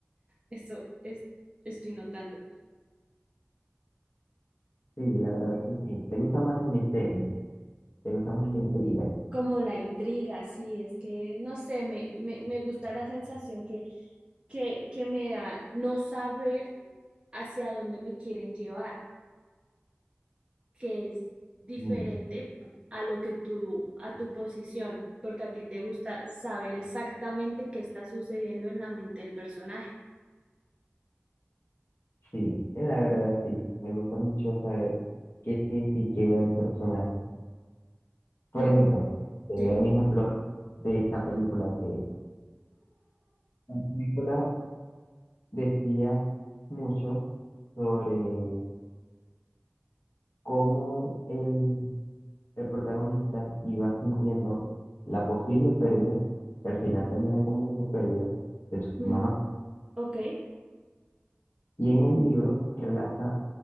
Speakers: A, on the right (about 25°); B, on the left (about 75°).
A: Esto es, estoy notando.
B: Sí, la verdad que sí. Te gusta más el misterio, te gusta más la intriga.
A: Como la intriga, sí, es que no sé, me, me, me gusta la sensación que que, que me da no saber hacia dónde me quieren llevar, que es diferente
B: Mm,
A: a lo que tú, a tu posición, porque a ti te gusta saber exactamente qué está sucediendo en la mente del personaje.
B: Sí, la verdad sí. Me gusta mucho saber qué siente y qué ve el personaje. Por
A: Eh,
B: ejemplo, te
A: Sí,
B: voy a dar un ejemplo de esta película que la película decía mucho sobre cómo el, el protagonista iba sintiendo la posible pérdida, que al final termina como su pérdida de
A: mm,
B: su mamá.
A: ok,
B: Y en el libro relata